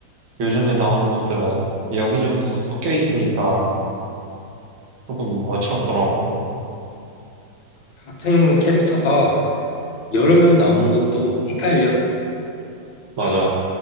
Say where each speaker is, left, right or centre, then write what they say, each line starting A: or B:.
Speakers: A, on the right; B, on the left.
A: 요즘에 나오는 것들은 여기저기서 섞여 있으니까 조금 어지럽더라고.
B: 같은 캐릭터가 여러 명 나오는 것도 헷갈려.
A: 맞아.